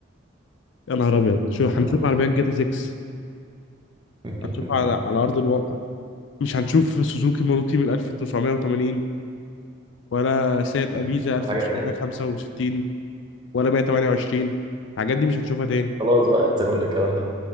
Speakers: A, on the left; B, on the right.
A: يا نهار ابيض شو
B: يا
A: هنشوف
B: نهار ابيض
A: عربيات جاتا 6
B: <laughs>
A: هتشوف على على ارض الواقع مش هنشوف سوزوكي ماروتي من 1980 ولا سيات ابيزا
B: انت كل
A: 1965
B: حاجه هناك
A: ولا 128 الحاجات دي مش هتشوفها تاني
B: خلاص بقى انسى كل الكلام ده